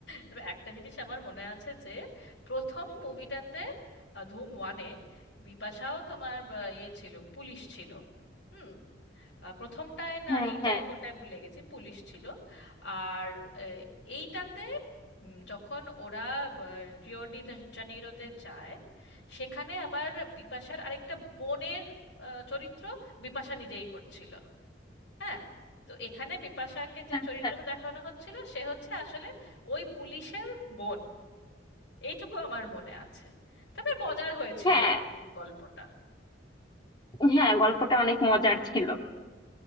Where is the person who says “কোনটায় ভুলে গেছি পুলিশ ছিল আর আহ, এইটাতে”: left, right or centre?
Left